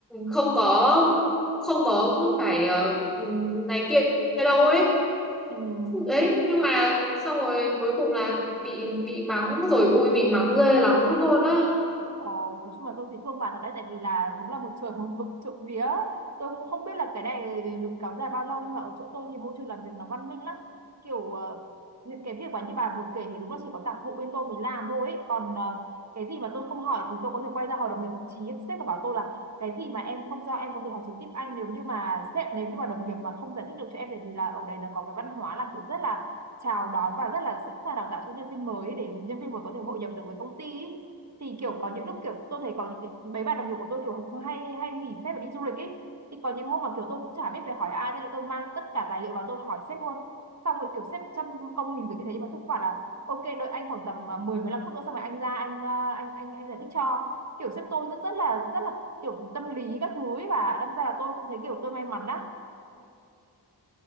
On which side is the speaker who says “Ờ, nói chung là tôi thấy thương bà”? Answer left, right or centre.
Right